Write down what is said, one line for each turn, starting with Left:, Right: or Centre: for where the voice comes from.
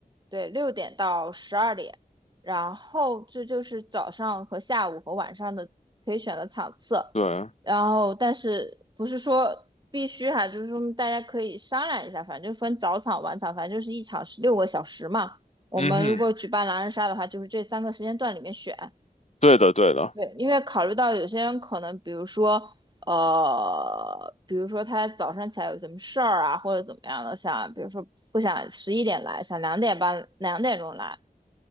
Right: 对，六点到十二点，然后这就是早上和下午和晚上的可以选的场次，
Left: 对，
Right: 然后但是不是说必须哈、就是说大家可以商量一下，反正分早场晚场，反正就是一场是六个小时嘛。我们如果举办狼人杀的话，
Left: 嗯哼，
Right: 就是这三个时间段里面选，
Left: 对的，对的，
Right: 对，因为考虑到有些人可能，比如说，呃，比如说他早上起来有什么事儿啊，或者怎么样的，想，比如说不想十一点来，想两点半、两点钟来，